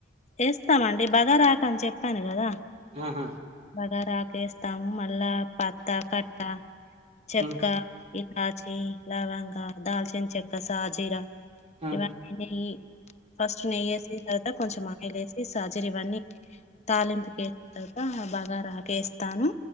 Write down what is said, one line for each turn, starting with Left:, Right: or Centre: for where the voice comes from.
Left: ఎస్తామండి బగార ఆకు చెప్పాను కదా.
Right: ఆహా
Left: బగార ఆకు ఎస్తాము మళ్ళా పత్తా కట్టా చెక్క
Right: హ్మ్
Left: ఇలాచి. లవంగా దాల్చిన చెక్క షాజీరా
Right: హ్మ్
Left: ఇవ్వని జెయ్యి ఫస్ట్ నెయ్యి ఎసి తర్వాత కొంచెం ఆయిలు ఎసి షాజీరా ఇవన్నీ తాలింపుకేసిన తర్వాత. బగార తీస్తాను